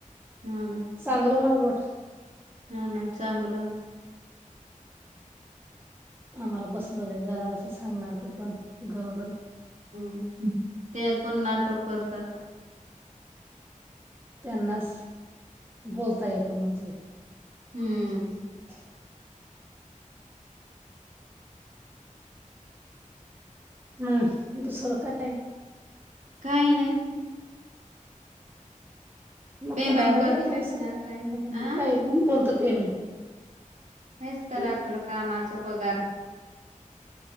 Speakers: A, on the right (about 60°); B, on the right (about 15°).
A: हा ना
B: चांगलं नावलोट.
A: हा ना चांगलं ना.
B: आम्हाला बसर वग जाणार असं सांगणार ते पण गरोदर.
A: हम्म ते पण नाटक करतात.
B: त्यांनाच बोलता येतो म्हणजे?
A: हम्म.
B: ह् हम् दुसरं काय?
A: काय नाही.
B: मग मग
A: पेमेंट
B: क ला वगैरे
A: कधी
B: तुमच
A: भेटणार काय अ
B: काय कोणतं पेमेंट!
A: हेच तर
B: हे
A: आपलं कामाचा पगार.